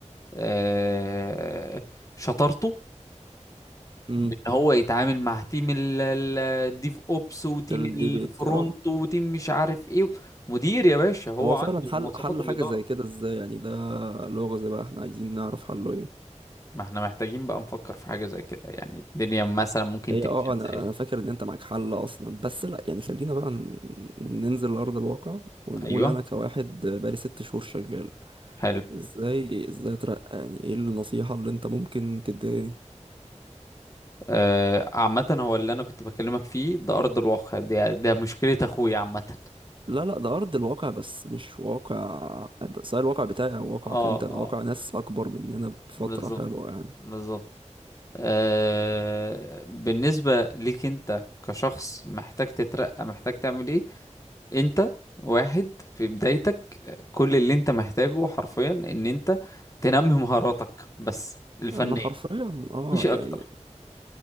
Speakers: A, on the left; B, on the right.
A: آه، شطارته
B: امم
A: بان هو يتعامل مع تيم الديف اوبس وتيم
B: ده الديبيت
A: الفرونت
B: اه
A: وتيم مش عارف ايه مدير يا باشا هو
B: طب هو
A: عنده
B: فعلا حل
A: مواصفات
B: حل
A: الاداره
B: حاجة زي كده ازاي يعني ده لغز بقى احنا عايزين نعرف حله ايه
A: ما احنا محتاجين بقى نفكر في حاجه زي كده يعني الدنيا مثلا ممكن
B: هي
A: تمشي
B: اه
A: ازاي
B: انا انا فاكر ان انت معاك حل اصلا بس لا يعني خلينا بقى ن- ننزل لأرض الواقع ونقول
A: ايوه
B: انا كواحد بقالي ست شهور شغال
A: حلو
B: ازاي ازاي اترقى يعني ايه النصيحة اللي انت ممكن تديهاني
A: آه، عامة هو اللي انا كنت بكلمك فيه ده ارض الواقع ده ده مشكلة اخويا عامة
B: لا لا ده أرض الواقع بس مش واقع سواء الواقع بتاعي أو واقعك
A: اه آه،
B: أنت ده واقع ناس أكبر مننا بفترة
A: بالظبط
B: حلوة يعني
A: بالظبط آه بالنسبة ليك انت كشخص محتاج تترقى محتاج تعمل ايه انت واحد في بدايتك كل اللي انت محتاجه حرفيا ان انت تنمي مهاراتك بس الفنية
B: أنا حرفيا
A: دي
B: أه
A: مش حقيقة
B: يعني
A: اكتر